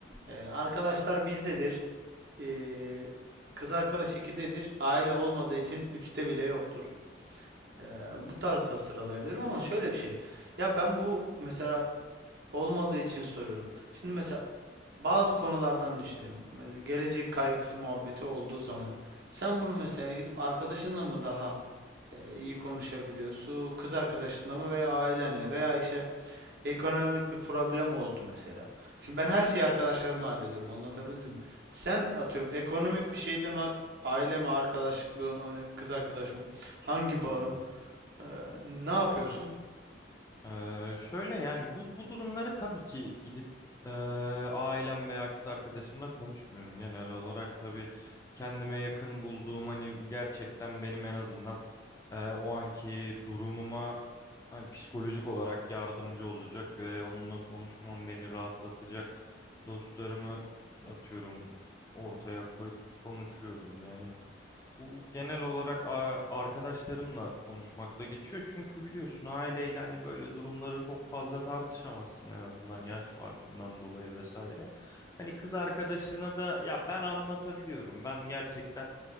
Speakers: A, on the right; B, on the left.
A: e, arkadaşlar birdedir. E, kız arkadaş ikidedir. Aile olmadığı için üçte bile yoktur. E, bu tarzda sıralayabilirim ama şöyle bir şey. Ya ben bu mesela olmadığı için soruyorum. Şimdi mesela bazı konulardan düşünelim. Mesela gelecek kaygısı muhabbeti olduğu zaman sen bunu mesela gidip arkadaşınla mı daha e, iyi konuşabiliyorsun, kız arkadaşınla mı veya ailenle veya işte ekonomik bir problem oldu mesela. Şimdi ben her şeyi arkadaşlarımla hallediyorum. Anlatabildim mi? Sen atıyorum ekonomik bir şeyden a- aile mi, arkadaşlık mı, hani kız arkadaş mı? Hangi bağın?
B: Anladım.
A: Ee, ne yapıyorsun?
B: Ee, şöyle yani bu bu durumları tabii ki gidip e, ailem veya kız arkadaşımla konuşmuyorum. Genel olarak tabii kendime yakın bulduğum hani gerçekten benim en azından e, o anki durumuma hani psikolojik olarak yardımcı olacak ve onunla konuşmam beni rahatlatacak dostlarımı atıyorum ortaya koyup konuşuyorum yani. Bu genel olarak a- arkadaşlarımla konuşmakla geçiyor. Çünkü biliyorsun aileyle hani böyle durumları çok fazla tartışamazsın en azından yaş farkından dolayı vesaire. Hani kız arkadaşına da ya ben anlatabiliyorum. Ben gerçekten